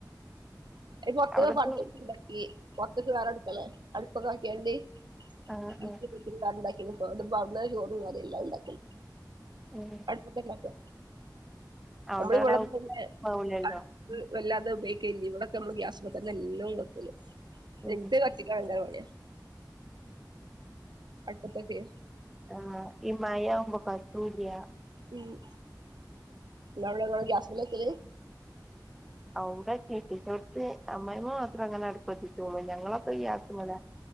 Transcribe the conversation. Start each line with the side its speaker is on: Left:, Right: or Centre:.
Right: <unintelligible> ഒരട്ക്കള
Centre: അവിടക്ക്
Right: പൊർത്ത്ക്ക്ണ്ടാക്കി പൊർത്ത്ക്ക് വേറെ അടുക്കളേ അടുപ്പൊക്കെ ആക്കിയണ്ട്.
Centre: ആഹ്
Right: <unintelligible>
Centre: ആഹ്
Right: വേറണ്ടാക്കീക്ക്ണ് പ്പോ ന്ന്ട്ട്പ്പോ അവിട്ന്നന്നെ ചോറുംക്കറിം എല്ലാംണ്ടാക്കല്.
Centre: ഉം
Right: പിന്നല്ലാതെ
Centre: അതോണ്ടാടെ
Right: നമ്മള് <unintelligible>
Centre: ഔലല്ലോ
Right: ആ. വല്ലാതെ ഉപയോഗിക്കല്ല്യ ഇവിടൊക്കെ നമ്മ ഗ്യാസ് മത്തന്നെ ല്ലുംവെക്കൽ
Centre: ഉം
Right: എൻത് ത്തിക്കാൻ ഭയങ്കര പണിയാ. അടുപ്പത്തൊക്കെ.
Centre: ആഹ് ഈ മയാവുമ്പോ കത്തൂല്ല്യ.
Right: ഉംഹ് ഇങ്ങൾ ഇങ്ങളൊടെ ഗ്യാസ്മലാ വെക്കല്.
Centre: ഔടെ കെട്ടിച്ചോട്ത്ത് അമ്മായമ്മ മാത്രം അങ്ങനെ അടുപ്പത്തിച്ചൊള്ളു ഞങ്ങളൊക്കെ ഗ്യാസ്മല.